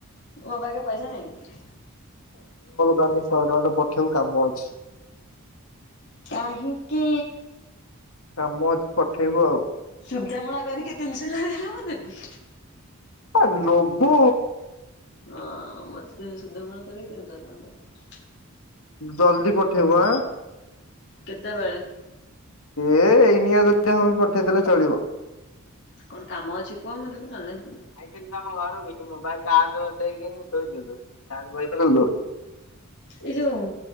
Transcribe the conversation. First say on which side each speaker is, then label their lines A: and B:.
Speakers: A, on the left; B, on the left.
A: ମୋ ପାକେ ପାଇସ ନାଇ।
B: କାଲି ଶହେ ଟଙ୍କାଟେ, ପଠେଇବୁ କାମ ଅଛି।
A: କାହିଁକି?
B: କାମ ଅଛି ପଠେଇବୁ ଆଉ
A: ଶୁଦ୍ଧ ମୂଳ କରିକି ତିନିଶହ ଟଙ୍କା ଦେଲେ ହୁଅନ୍ତାନି?
B: ହ, ନବୁ।
A: ହଁ ମତେ ସୁଧ ମୂଳ କରି ତିନିଶହ ଟଙ୍କା ଦବ।
B: ଜଲଦି ପଠେଇ ବୁ ଆଁ।
A: କେତେବେଳେ?
B: ଏ-ଏଇନିଆ ଯଦି ହବ ପଠେଇଦେଲେ ଚଳିବ।
A: କଣ କାମ ଅଛି କୁହ, ମୁଁ ଦେବି ନ ହେନେ ମୁଁ ଦେବି
B: ଆଇଥିଲି ତମ ଘର କୁ, ତୁ ମୋବାଇଲ ଚାର୍ଜ ବସାଇକି ଶୋଇଥିଲୁ। Charge ବଇ hello.
A: ଏଇ ଯୋଉ